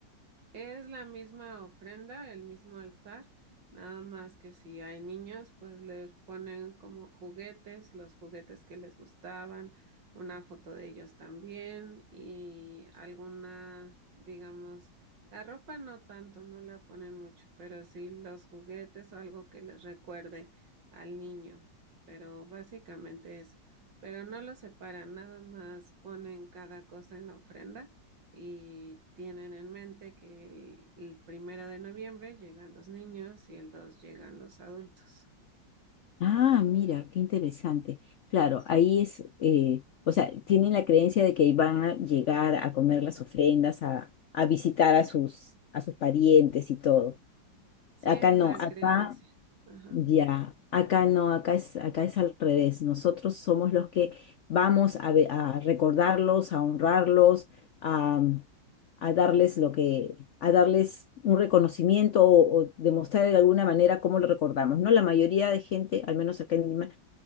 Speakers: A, on the right (about 65°); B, on the left (about 80°).
A: Es la misma ofrenda, el mismo altar, nada más que si hay niños, pues les ponen como juguetes, los juguetes que les gustaban, una foto de ellos también y alguna, digamos, la ropa no tanto, no la ponen mucho, pero sí los juguetes o algo que les recuerde al niño, pero básicamente eso. Pero no lo separan, nada más ponen cada cosa en la ofrenda y tienen en mente que el, el primero de noviembre llegan los niños y el 2 llegan los adultos.
B: Ah, mira, qué interesante. Claro, ahí es, eh, o sea, tienen la creencia de que van a llegar a comer las ofrendas, a, a visitar a sus, a sus parientes y todo.
A: Sí
B: Acá
A: es
B: no,
A: la
B: acá
A: creencia. Ajá.
B: ya, acá no, acá es, acá es al revés. Nosotros somos los que vamos a, ve- a recordarlos, a honrarlos, a, a darles lo que, a darles un reconocimiento o, o demostrar de alguna manera cómo lo recordamos, ¿no? La mayoría de gente, al menos acá en Lima,